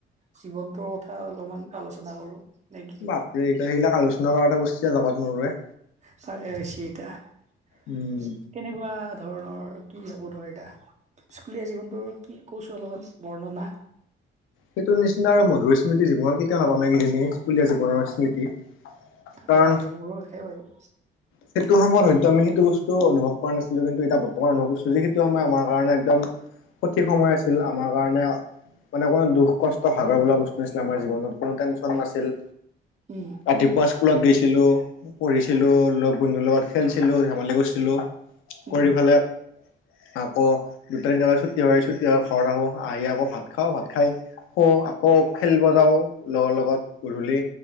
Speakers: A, on the right; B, on the left.
A: জীৱনটোৰ কথা অলপমান আলোচনা কৰো নে কি
B: এই এতিয়া সেইবিলাক আলোচনা কৰাতে বস্ যাবাত নোৱাৰোৱে
A: তাৰেছি এতিয়া
B: উম।
A: কেনেকুৱা ধৰণৰ কি হব ধৰ এতিয়া স্কুলীয়া জীৱনটো কি কৈছো অলমান বৰ্ণনা
B: সেইটো নিচিনা আৰু মধুৰ স্মৃতি জীৱনৰ কেতিয়াও নাপামেই স্কুলীয়া জীৱনৰ স্মৃতি
A: তাকেহে
B: কাৰণ
A: মোৰো একে ভাবো
B: সেইটো সময়ত হয়তো আমি সেইটো বস্তু অনুভৱ কৰা নছিলো কিন্তু ইতা বৰ্ত তোমাৰ ভাবিছো যে সেইটো সময় আমাৰ কাৰণে একদম সঠিক সময় আছিল আমাৰ কাৰণে মানে কোনো দুখ কষ্ট ভাগৰ বোলা বস্তু নাছিলে আমাৰ জীৱনত কোনো টেনশ্যন নাছিল
A: উম
B: ৰাতিপুৱা স্কুলত গৈছিলো পঢ়িছিলো লগ বন্ধুৰ লগত খেলছিলো ধেমালি কৰছিলো
A: উম।
B: কৰি ফালে আকৌ দুটা তিনটা বাজাত ছুটি হয় ছুটি হয় ঘৰত আহো আহি আকৌ ভাত খাওঁ ভাত খাই শু আকৌ খেলবা যাও লগৰ লগত গুধূলি